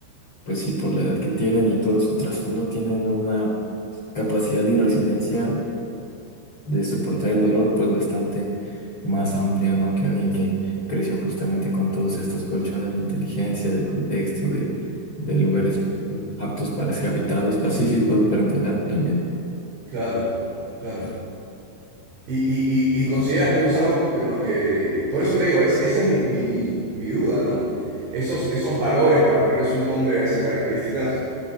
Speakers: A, on the left; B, on the right.
A: pues sí, por la edad que tienen y todo su trasfondo, tienen una capacidad y resiliencia de soportar el dolor, pues bastante más amplia, ¿no? Que alguien que creció justamente con todos estos colchones de inteligencia, de contexto, de, de lugares aptos para ser habitados, pacíficos, para empezar también.
B: Claro, claro. Y, y- y- y consideras que eso es algo que lo que... Por eso te digo, es- esa es mi, mi- mi duda, ¿no? Esos, esos valores, para ponerles un nombre a esas características,